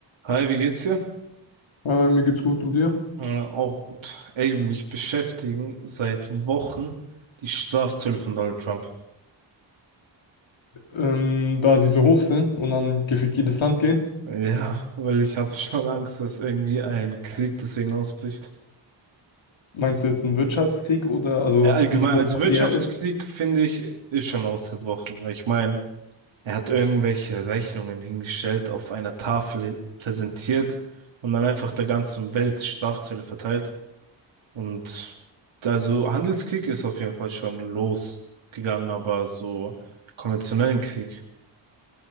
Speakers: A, on the right; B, on the left.
A: Hi, wie geht's dir?
B: Äh, mir geht's gut und dir?
A: Äh, auch gut. Ey, mich beschäftigen seit Wochen die Strafzölle von Donald Trump.
B: Ähm, da sie so hoch sind und dann gefühlt jedes Land gehen,
A: Ja, weil ich habe schon Angst, dass irgendwie ein Krieg deswegen ausbricht.
B: meinst du jetzt einen Wirtschaftskrieg oder also
A: Äh, Allgemein,
B: wie es jetzt
A: als
B: schon
A: Wirtschaftskrieg
B: eher ist?
A: finde ich, ist schon ausgebrochen, weil ich meine, er hat irgendwelche Rechnungen hingestellt, auf einer Tafel präsentiert und dann einfach der ganzen Welt Strafzölle verteilt. Und also Handelskrieg ist auf jeden Fall schon losgegangen, aber so konventionellen Krieg.